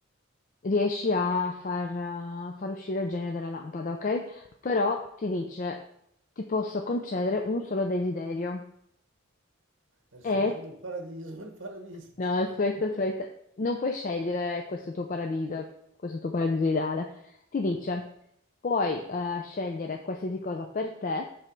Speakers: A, on the left; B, on the right.
A: riesci a far, eh, far uscire il genio dalla lampada, ok? Però ti dice, ti posso concedere un solo desiderio
B: E Riassumendo
A: Mm. e
B: il paradiso, <laughs> il paradiso.
A: No, aspetta, aspetta. Non puoi scegliere questo tuo paradiso, questo tuo paradiso ideale. Ti dice, puoi eh, scegliere qualsiasi cosa per te,